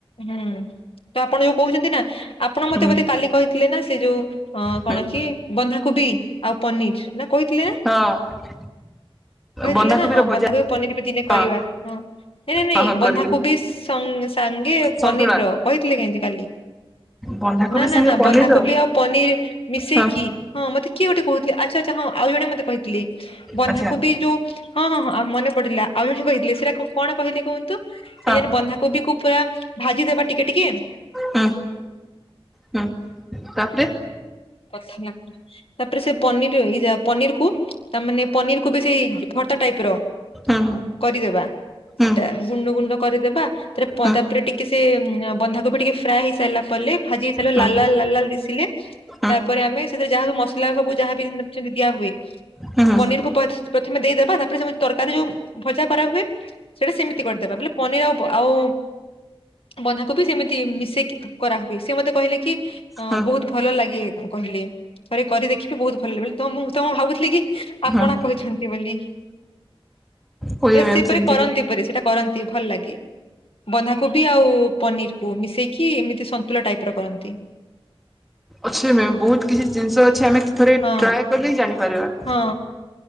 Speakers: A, on the left; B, in the centre.
A: ହୁଁ ତ ଆପଣ ଯୋଉ କହୁଛନ୍ତି ନା ଆପଣ
B: ହୁଁ
A: ମତେ ବୋଧେ କାଲି କହିଥିଲେ ନା ସେ ଯୋଉ ଅ
B: ହୁଁ
A: କଣ କି ବନ୍ଧା କୋବି ଆଉ ପନିର ନା କହିଥିଲେ ନା
B: ହଁ
A: କହିଥିଲେ
B: ବନ୍ଧାକୋବିର
A: ନା ହଁ
B: ଭଜା
A: ବନ୍ଧାକୋବି ପନିର ବି ଦିନେ
B: ହଁ
A: କରିବା ହଁ ନାଇଁ ନାଇଁ
B: ହଁ ହଁ କରିବି
A: ବନ୍ଧାକୋବି ତଙ୍ଗ ସାଙ୍ଗେ
B: ସନ୍ତୁଳା
A: ପନିର ର କହିଥିଲେ କହିଁକ କାଲି
B: ବନ୍ଧାକୋବି
A: ନା ନା
B: ସାଙ୍ଗେ
A: ନା
B: ପନିର
A: ବନ୍ଧାକୋବି ଆଉ ପନିର ମିଶେଇକି
B: ହଁ
A: ହଁ ମତେ କିଏ ଗୋଟେ କହୁଥିଲେ। ଆଛ ଅଛା ହଁ ଆଉ ଜଣେ ମତେ କହିଥିଲି ବନ୍ଧାକୁ
B: ଆଚ୍ଛା
A: ବି ଯୋଉ ହଁ ହଁ ହଁ ମନେ ପଡିଲା ଆଉ ଜଣେ କହିଥିଲେ ସେଟା କଣ କହିଲି କୁହନ୍ତୁ ସେେ
B: ହଁ
A: ବନ୍ଧା କୋବି କୁ ପୁରା ଭାଜିଦବା ଟିକେ ଟିକେ
B: ହୁଁ ହୁଁ ତାପରେ
A: କଥା ଲିଲ ତାପରେ ସେ ପନିର ଏଇ ଯା ପନିର କ ତା ମାନେ ପନିର କୁ ବି ସେଇ ଭର୍ତା ଟାଇପ ର
B: ହୁଁ
A: କରିଦବା
B: ହୁଁ
A: ସେଟା ଗୁଣ୍ଡ ଗୁଣ୍ଡ କରିଦବା ତା
B: ହୁଁ ହୁଁ
A: ତାପରେ ଟିକେ ସେ ବନ୍ଧାକୁ ବି ଟିକେ ଫ୍ରାଏ ହେଇସାରିଲା ପରେ ଭାଜି ହେଇସାରିଲ
B: ହୁଁ
A: ଲା ଲାଲ ଲା ଲଲ ଦିଶିଲେ
B: ହୁଁ
A: ତାପରେ ଆମେ ସେଥିରେ ଯାହାବ ମସଲା ସବୁ ଯାହାବ ଦିଆ ହୁଏ।
B: ହୁଁ ହୁଁ ହୁଁ
A: <unintelligible> ପ୍ରଥମେ ଦେଇଦବା ତାପରେ ସେ ତରକାରୀ ଯୋଉ ଭଜା କରାହୁୁଏ ସେଟା ସେମିତି କରିଦବା ବୋଇଲେ ପନିର ଆଉ ଆଉ ବନ୍ଧାକୋବି ସେମିତି ମିଶେଇକି କରାହୁଏ ସେି ମତେ କହିଲେ କି
B: ହୁଁ
A: ବହୁତ ଭଲ ଲାଗେ କହିଲି ଥରେ କରି ଦେଖିବି ବହୁତ ଭଲ ଲାଗ ବୋଲି ତ ମୁଁ ତମ ଭାବୁଥିଲି କି ଆପଣ
B: ହୁଁ
A: କହିଛନ୍ତି ବୋଲି
B: ହୁଏ ମ୍ୟାମ୍
A: ସିଏ
B: ସେମିତି
A: ପରି କରନ୍ତି ପ ସେଇଟା କରନ୍ତି ଭଲ ଲାଗେ। ବନ୍ଧାକୋବି ଆଉ ପନିର କ ମିଶେଇକି ଏମିତି ସନ୍ତୁଳା ଟାଇପ ର କରନ୍ତି।
B: ଅଛେ ମ୍ୟାମ୍ ବହୁତ୍ କିଛି ଜିନିଷ ଅଛି ଆମେ। ଥରେ
A: ହଁ
B: ଟ୍ରାଏ କଲେ ଜାଣିପାରିବା।
A: ହଁ।